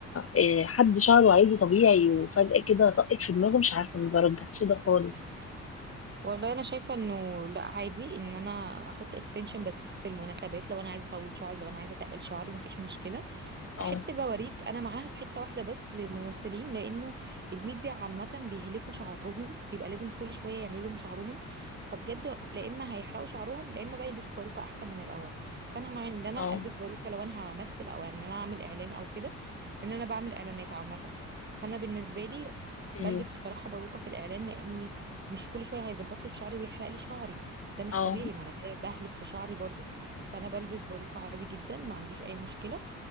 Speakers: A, on the left (about 50°); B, on the right (about 35°).
A: آه، حد شعره عادي طبيعي وفجأة كده طقت في دماغه مش عارفة ما برجحش ده خالص
B: والله انا شايفة انه لا عادي ان انا احط اكستنشن بس في المناسبات لو انا عايزة اطول شعري لو انا عايزة اتقل شعري مفيش مشكلة
A: اه
B: حته البواريك انا معاها في حته واحده بس للممثلين لانه الميديا عامه بيهلكوا شعرهم بيبقى لازم كل شويه يعملوا لهم شعرهم فبجد لا اما هيحرقوا شعرهم لا اما بقى يلبسوا باروكه احسن من الاول فانا مع ان انا
A: اه
B: البس باروكه لو انا همثل او ان انا اعمل اعلان او كده لان انا بعمل اعلانات عامه فانا بالنسبه لي بلبس
A: مم.
B: الصراحه باروكه في الاعلان لاني مش كل شويه هيظبط لي في شعري ويحرق لي شعري ده مش
A: اه
B: طبيعي ما انا كده بهلك في شعري برضو فانا بلبس باروكه عادي جدا ما عنديش اي مشكله